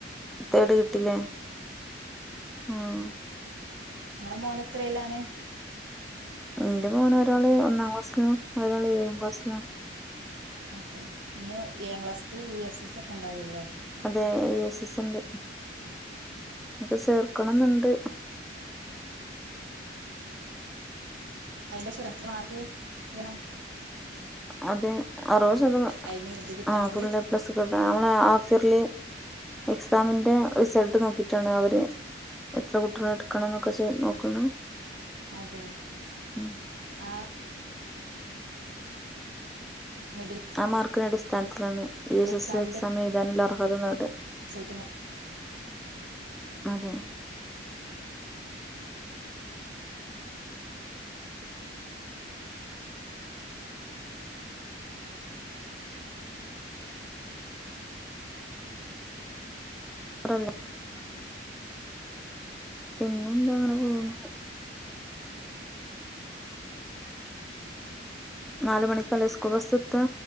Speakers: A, in the centre; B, on the right (about 75°).
A: തേർട് കിട്ടിലേ ഉം
B: ങ്ങളെ മോന് എത്രേലാണ്
A: ന്റെ മോന് ഒരാള് ഒന്നാം ക്ലാസിലും ഒരാള് ഏഴാം ക്ലാസിലും
B: അതെ ഇഞ്ഞി ഏഴാം ക്ലാസ്സിത്ത് യു എസ് എസ് ഒക്കെ ഉണ്ടാവല്ലോ
A: അതെ യു എസ് എസ് ഉണ്ട് ന്ക്ക് ചേർക്കണംന്നുണ്ട്
B: അയ്മ്പത് ശതമാനം മാർക്ക് വെണം
A: അതെ അറുപത് ശതമാ
B: അതിന് ഇത് കിട്ടണെങ്കിൽ
A: ആ ഫുൾ എ പ്ലസ് തൊട്ട് നമ്മള ഹാഫ് ഇയർലി എക്സാമിന്റെ റിസൾട്ട് നോക്കിട്ടാണ് അവര് എത്ര കുട്ടികളെ എടുക്കണം എന്നൊക്കെ ചെ നോക്കുന്നെ.
B: അതെ
A: ഉം
B: ആഹ് മിഡിൽ
A: ആ മാർക്കിന്റെ അടിസ്ഥാനത്തിലാണ് യു എസ്
B: എക്സാമിന്റെ
A: എസ് എക്സാം എഴുതാനുള്ള അർഹത നേടാ.
B: റിസൾട്ട് <unintelligible>
A: അതെ പറല്ലേ പിന്നെ എന്താ അങ്ങനെ പോണ് നാല് മണിിക്കാലേ സ്കൂൾ ബസ്സത്ത